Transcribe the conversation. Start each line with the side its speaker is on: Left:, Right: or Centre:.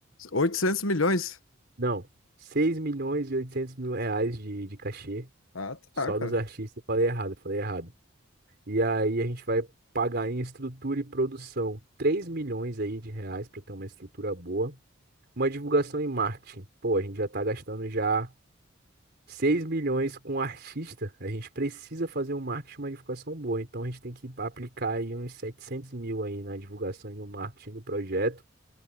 Left: oitocentos milhões.
Right: Não, seis milhões e oitocentos mil reais de, de cachê
Left: Ah, tá,
Right: só
Left: cara.
Right: dos artistas. Eu Falei errado, eu falei errado. E aí a gente vai pagar em estrutura e produção 3 milhões aí de reais para ter uma estrutura boa. Uma divulgação em marketing. Pô, a gente já tá gastando já 6 milhões com artista. A gente precisa fazer um marketing, uma divulgação boa. Então a gente tem que aplicar aí uns 700 mil aí na divulgação e no marketing do projeto.